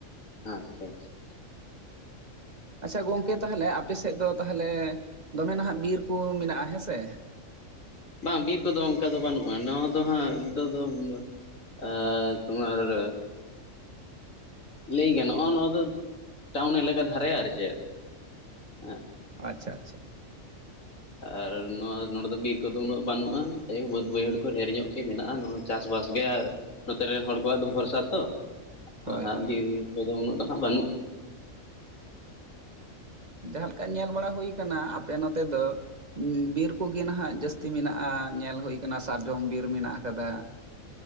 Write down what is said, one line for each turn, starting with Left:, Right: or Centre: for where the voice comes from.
Left: ᱟᱪᱪᱷᱟ ᱟᱪᱪᱷᱟ ᱾
Right: ᱟᱪᱪᱷᱟ ᱜᱚᱝᱠᱮ ᱛᱟᱦᱚᱞᱮ ᱟᱯᱮ ᱥᱮᱫ ᱫᱚ ᱛᱟᱦᱚᱞᱮ, ᱫᱚᱢᱮ ᱱᱟᱦᱟᱜ ᱵᱤᱨ ᱠᱚ ᱢᱮᱱᱟᱜᱼᱟ ᱦᱮᱸ ᱥᱮ ᱾
Left: ᱵᱟᱝ ᱵᱤᱨ ᱠᱚᱫᱚ ᱚᱱᱠᱟ ᱫᱚ ᱵᱟᱹᱱᱩᱜᱼᱟ, ᱱᱚᱣᱟ ᱫᱚ ᱦᱟᱸᱜ ᱱᱤᱛᱚᱜ ᱫᱚ ᱾ ᱟᱸ ᱛᱩᱢᱟᱨ <inaudible> ᱞᱟᱹᱭ ᱜᱟᱱᱚᱜᱼᱟ ᱱᱚᱣᱟ ᱫᱚ, ᱴᱟᱣᱩᱱ ᱮᱞᱟᱠᱟ ᱫᱷᱟᱨᱮ ᱟᱨ ᱪᱮᱫ, ᱦᱮᱸᱼᱼ
Right: ᱟᱪᱪᱷᱟ ᱟᱪᱪᱷᱟ ᱾
Left: ᱟᱨ ᱱᱚᱣᱟ ᱱᱚᱸᱰᱮ ᱫᱚ ᱵᱤᱨ ᱠᱚᱫᱚ ᱩᱱᱟᱹᱜ ᱵᱟᱹᱱᱩᱜᱼᱟ, ᱛᱚ ᱵᱟᱹᱫᱽ ᱵᱟᱹᱭᱦᱟᱹᱲ ᱠᱚ ᱰᱷᱮᱨ ᱧᱚᱜ ᱜᱮ ᱢᱮᱱᱟᱜᱼᱟ ᱾ ᱪᱟᱥ ᱵᱟᱥ ᱜᱮᱭ ᱱᱚᱛᱮ ᱨᱮᱱ ᱦᱚᱲ ᱠᱚᱣᱟᱜ ᱫᱚ ᱵᱷᱚᱨᱥᱟ ᱛᱚ ᱾
Right: ᱦᱳᱭ
Left: ᱚ ᱦᱟᱸᱜ
Right: ᱦᱳᱭ
Left: ᱵᱤᱨ ᱠᱚᱫᱚ ᱩᱱᱟᱹᱜ ᱫᱚ ᱦᱟᱸᱜ ᱵᱟᱹᱱᱩᱜ ᱾
Right: ᱡᱟᱸᱦᱟ ᱞᱮᱠᱟ ᱧᱮᱞ ᱵᱟᱲᱟ ᱦᱩᱭ ᱟᱠᱟᱱᱟ, ᱟᱯᱮ ᱱᱚᱛᱮ ᱫᱚ ᱾ ᱵᱤᱨ ᱠᱚᱜᱮ ᱱᱟᱦᱟᱜ ᱡᱟᱹᱥᱛᱤ ᱢᱮᱱᱟᱜᱼᱟ, ᱧᱮᱞ ᱦᱩᱭ ᱠᱟᱱᱟ ᱥᱟᱨᱡᱚᱢ ᱵᱤᱨ ᱢᱮᱱᱟᱜ ᱟᱠᱟᱫᱟ ᱾